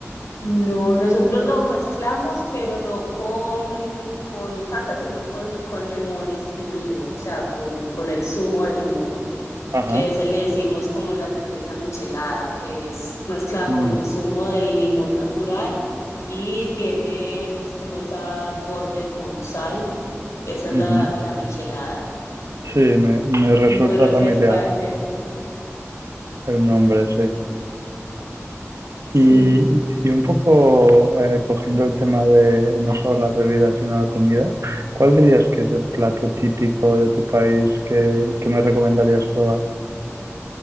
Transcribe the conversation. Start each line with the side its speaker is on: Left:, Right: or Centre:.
Left: No, nosotros lo mezclamos, pero no con, con Fanta, sino con, con limón exprimido, o sea, con, con el zumo de limón,
Right: Ajá.
Left: que se le decimos como la cerveza michelada, que es mezclada con
Right: Mm,
Left: el zumo del limón natural y tiene pues como esa borde con sal, esa es
Right: ujú.
Left: la, la michelada,
Right: Sí, me, me resulta
Left: muy refrescante.
Right: familiar el nombre, sí.
Left: Sí.
Right: Y, y un poco eh, cogiendo el tema de no solo la bebida, sino la comida, ¿cuál dirías que es el plato típico de tu país que, que me recomendarías probar?